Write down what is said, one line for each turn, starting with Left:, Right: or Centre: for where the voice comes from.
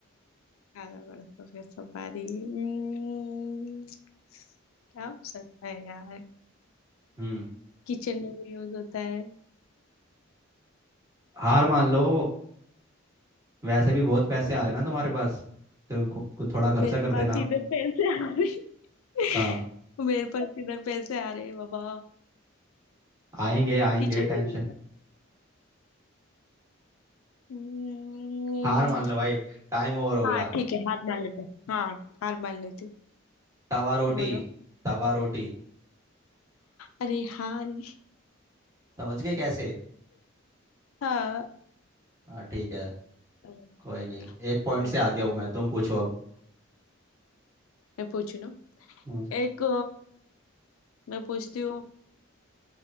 Left: काला घोड़ा सफेद सवारी हम्म, क्या हो सकता है यार
Right: हम्म
Left: किचन में भी यूज होता है
Right: हार मान लो वैसे भी बहुत पैसे आ रहे ना तुम्हारे पास तो कु- कु- थोड़ा खर्चा
Left: मेरे
Right: कर देना
Left: पास इधर पैसे आ रहे <laughs>
Right: हाँ
Left: मेरे पास इधर पैसे आ रहे बाबा
Right: आएंगे आएंगे
Left: किचन
Right: टेंशन
Left: में use होता है। हम्म,
Right: हार मान लो भाई टाइम ओवर हो
Left: हाँ
Right: गया
Left: ठीक है हार मान लेते हैं हाँ हार मान लेती हूँ
Right: तवा रोटी
Left: बोलो
Right: तवा रोटी
Left: अरे हार
Right: समझ गए कैसे
Left: हाँ
Right: हाँ ठीक है
Left: तो-
Right: कोई नहीं एक पॉइंट
Left: तो-
Right: से आगे हूँ मैं तुम पूछो अब
Left: मैं पूछू ना
Right: हम्म,
Left: एक मैं पूछती हूँ